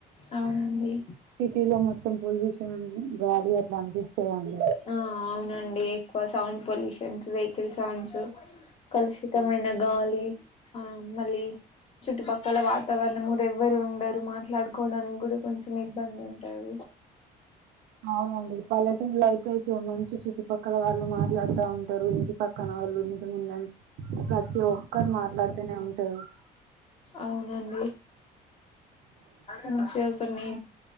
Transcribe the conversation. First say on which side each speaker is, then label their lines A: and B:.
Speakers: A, on the left; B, on the right.
A: అవునండి
B: సిటీలో మొ మొత్తం పొల్యూషన్ నండి గాలి అట్లా అనిపిస్తదండి
A: ఆ అవునండి ఎక్కువ సౌండ్ పొల్యూషన్స్, వెహికల్ సౌండ్స్ కలుషితమైన గాలి ఆ మళ్ళీ చుట్టుపక్కల వాతావరణం కూడా ఎవ్వరు ఉండరు. మాట్లాడుకోవడానికి కూడా కొంచెం ఇబ్బంది ఉంటది.
B: అవునండి పల్లెటుర్లో అయితే మంచి చుట్టుపక్కల వాళ్ళు మాట్లాడతా ఉంటారు. ఇంటి పక్కన వాళ్ళు ఇంటి ముందని ప్రతి ఒక్కరు మాట్లాడుతూనే ఉంటారు
A: అవునండి మంచిగా కొన్ని